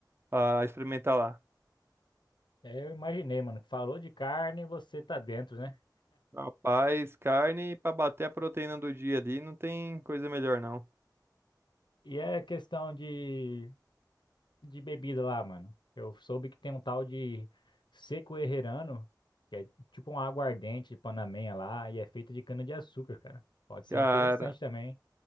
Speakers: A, on the right (about 30°); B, on the left (about 85°).
A: pra experimentar lá.
B: É, Eu imaginei, mano. Falou de carne, você tá dentro, né?
A: Rapaz, carne pra bater a proteína do dia ali, não tem coisa melhor não.
B: E é questão de, de bebida lá, mano. Eu soube que tem um tal de seco herrerano, que é tipo uma aguardente panamenha lá, e é feita de cana-de-açúcar, cara. Pode ser
A: Cara,
B: interessante também.